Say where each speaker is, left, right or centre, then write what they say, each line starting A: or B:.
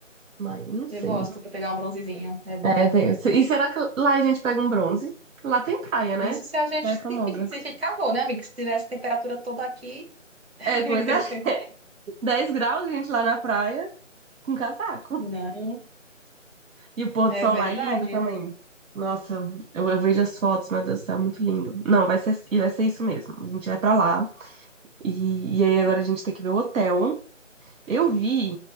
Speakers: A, on the right; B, on the right.
A: Mas não
B: eu
A: sei.
B: gosto de pegar um bronzezinho, é bom.
A: É, tem- e será que lá a gente pega um bronze? Lá tem praia, né?
B: Isso se a gente
A: Praia
B: se,
A: famosa.
B: se ficar bom, né, amigo? Se tivesse temperatura toda aqui. <laughs>
A: É, pois é. <laughs> dez graus, gente, lá na praia. com casaco.
B: Não,
A: E o pôr
B: é
A: do sol
B: verdade.
A: lá é lindo também. Nossa, eu, eu vejo as fotos, meu Deus do céu, muito lindo. Não, vai ser, e vai ser isso mesmo. A gente vai pra lá. E, e aí agora a gente tem que ver o hotel. Eu vi,